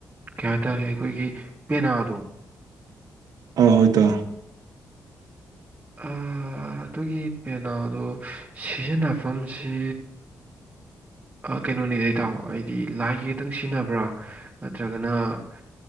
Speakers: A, on the right; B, on the right.
A: ꯀꯩ ꯍꯥꯏꯇꯥꯔꯦ ꯑꯩꯈꯣꯏꯒꯤ ꯄꯦꯅꯥꯗꯣ
B: ꯑ ꯍꯣꯏ ꯢꯇꯥꯎ
A: ꯑꯥ ꯑꯗꯨꯒꯤ ꯄꯦꯅꯥꯗꯣ ꯁꯤꯖꯤꯟꯅꯐꯝꯁꯦ ꯀꯩꯅꯣꯅꯦ ꯏꯇꯥꯎ ꯍꯥꯏꯗꯤ ꯂꯥꯏꯒꯤ ꯈꯛꯇꯪ ꯁꯤꯖꯤꯟꯅꯕ꯭ꯔꯥ ꯅꯠꯇ꯭ꯔꯒꯅ